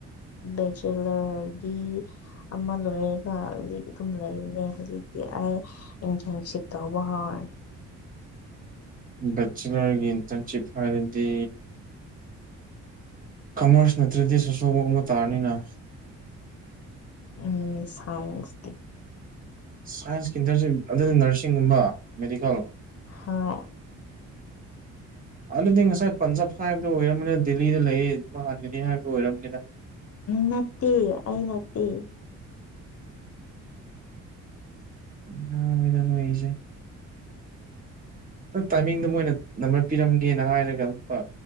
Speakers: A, on the left; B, on the right.
A: ꯕꯦꯆꯦꯂꯔꯒꯤ ꯑꯃ ꯂꯣꯏꯔꯒ ꯍꯧꯖꯤꯛ ꯑꯗꯨꯝ ꯂꯩꯕꯅꯦ ꯍꯧꯖꯤꯛꯇꯤ ꯑꯩ ꯏꯟꯇ꯭ꯔꯟꯁꯤꯞ ꯇꯧꯕ ꯍꯧꯔꯅꯤ
B: ꯕꯦꯆꯦꯂꯔꯒꯤ ꯏꯟꯇ꯭ꯔꯟꯁꯤꯞ ꯍꯥꯏꯔꯗꯤ ꯀꯃ꯭ꯔꯁ ꯅꯠꯇ꯭ꯔꯗꯤ ꯁꯣꯁꯤꯌꯣꯒꯨꯝꯕ ꯇꯥꯔꯅꯤꯅ
A: ꯎꯝ ꯁꯥꯏꯟꯁꯇꯤ
B: ꯁꯥꯏꯟꯁꯀꯤꯗꯗꯤ ꯑꯗꯨꯗꯤ ꯅꯔꯁꯤꯡꯒꯨꯝꯕ ꯃꯦꯗꯤꯀꯦꯜ
A: ꯍꯣꯏ
B: ꯑꯗꯨꯗꯤ ꯉꯁꯥꯏ ꯄꯟꯖꯥꯕ ꯍꯥꯏꯕꯗꯣ ꯑꯣꯏꯔꯝꯃꯅꯤ ꯗꯦꯜꯂꯤꯗ ꯂꯩꯌꯦ <unintelligible> ꯍꯟꯒꯅꯤ ꯍꯥꯏꯕꯗꯨ ꯑꯣꯏꯔꯝꯅꯤꯗ
A: ꯅꯠꯇꯦ ꯑꯩ ꯅꯠꯇꯦ
B: ꯉꯥꯎꯋꯤꯗ ꯅꯣꯏꯒꯤꯖꯦ ꯇꯥꯏꯃꯤꯡꯗꯣ ꯃꯣꯏꯅ ꯅꯝꯕꯔ ꯄꯤꯔꯝꯒꯦꯅ ꯍꯥꯏꯔꯒ ꯑꯃꯨꯛꯀ